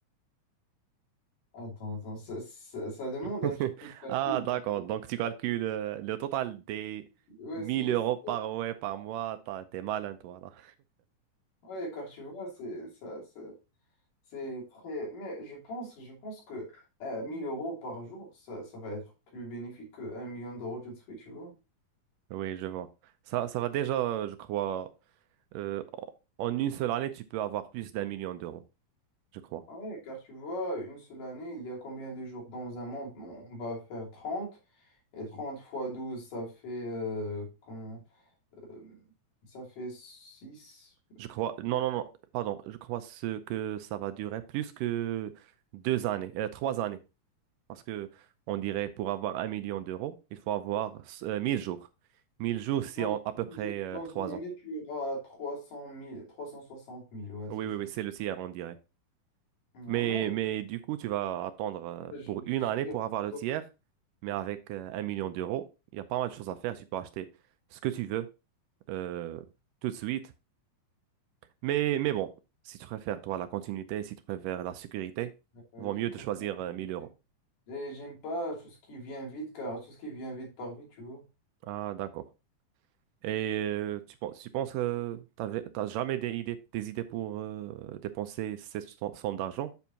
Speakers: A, on the left; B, on the right.
A: Attends, attends, ça, ça, ça demande
B: <laughs>
A: un petit peu de calcul.
B: Ah, d'accord.
A: tu
B: Donc, tu calcules euh, le total des
A: Ouais,
B: 1000
A: c'est juste.
B: euros par, ouais, par mois. T'as- T'es malin, toi, là.
A: Ouais, car tu vois, c'est ça, ça- c'est très. Mais je pense, je pense que euh, 1000 euros par jour, ça, ça va être plus bénéfique que 1 million d'euros tout de suite, tu vois.
B: Oui, je vois. Ça, ça va déjà, je crois. euh, en en une seule année, tu peux avoir plus d'un million d'euros, je crois.
A: Ouais, car tu vois, une seule année, il y a combien de jours dans un monde? Bon, On va faire trente et 30 fois 12 ça fait. euh, comment, euh, ça fait six
B: Je crois, non, non, non, pardon, je crois ce que ça va durer plus que deux années, euh, trois années. Parce que on dirait pour avoir un million d'euros, il faut avoir euh, 1000 jours. mille jours, c'est
A: Dans,
B: en- à peu
A: douze
B: près euh,
A: dans
B: trois
A: une année,
B: ans.
A: tu auras 300 000, 360 000, ouais,
B: Oui,
A: c'est
B: oui,
A: ça.
B: oui, c'est le tiers, on dirait.
A: Ouais,
B: Mais,
A: mais
B: mais du coup, tu vas attendre euh,
A: mais je,
B: pour
A: je,
B: une année pour avoir
A: je
B: le tiers. Mais avec euh, un million d'euros, il y a pas mal de choses à faire. Tu peux acheter ce que tu veux euh, tout de suite. Mais, mais bon, si tu préfères, toi, la continuité, si tu préfères la sécurité,
A: je
B: vaut mieux
A: préfère
B: de choisir
A: la continuité.
B: euh, 1000 euros.
A: Et j'aime pas tout ce qui vient vite, car tout ce qui vient vite par vite, tu vois.
B: Ah, d'accord. Et euh, tu, penses- tu penses que t'avais- t'as jamais des idées, des idées pour euh, dépenser cette so- somme d'argent?